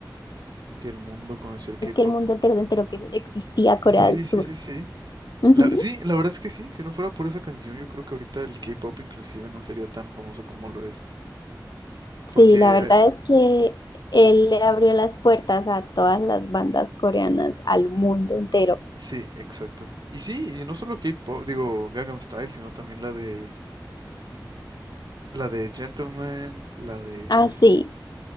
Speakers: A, on the right; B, on the left.
A: Que el mundo conoció el K-pop.
B: que el mundo entero se enteró que existía
A: Sí,
B: Corea del Sur.
A: sí, sí, sí.
B: Ujú.
A: La, sí, la verdad es que sí. Si no fuera por esa canción, yo creo que ahorita el K-pop inclusive no sería tan famoso como lo es. Porque
B: Sí, la verdad
A: eh,
B: es que él le abrió las puertas a todas las bandas coreanas, al mundo entero.
A: sí, exacto. Y sí, y no solo K-pop, digo, Gangnam Style, sino también la de... La de Gentleman, la de
B: Así.